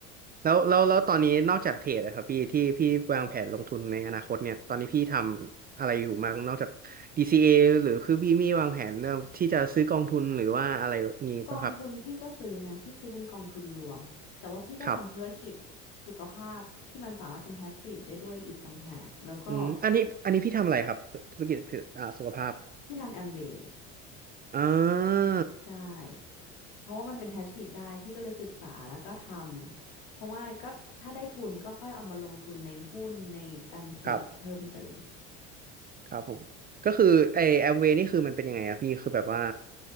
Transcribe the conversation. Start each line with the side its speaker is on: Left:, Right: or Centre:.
Right: แล้วแล้วแล้วตอนนี้นอกจากเทรดนะครับพี่ที่พี่วางแผนลงทุนในอนาคตเนี่ยตอนนี้พี่ทำอะไรอยู่บ้างนอกจาก DCA หรือคือพี่มีวางแผนเรื่องที่จะซื้อกองทุนหรือว่าอะไรงี้ป่ะครับ
Left: กองทุนพี่ก็ซื้อนะพี่ซื้อเป็นกองทุนรวมแต่ว่าพี่ก็ทำธุรกิจ
Right: ครับ
Left: สุขภาพที่มันสามารถเป็นแพสซีฟได้ด้วยอีกต่างหากแล้วก็
Right: อืมอันนี้อันนี้พี่ทำอะไรครับธุรกิจอ่าสุขภาพ
Left: พี่ทำแอมเวย์
Right: อ่า
Left: ใช่เพราะว่ามันเป็นแพสซีฟได้พี่ก็เลยศึกษาแล้วก็ทำเพราะว่าก็ถ้าได้ทุนก็ค่อยเอามาลงทุนในหุ้นในการเทรดเพิ่มเติม
Right: ครับครับผมก็คือไอแอมเวนี่คือมันเป็นยังไงอะพี่คือแบบว่า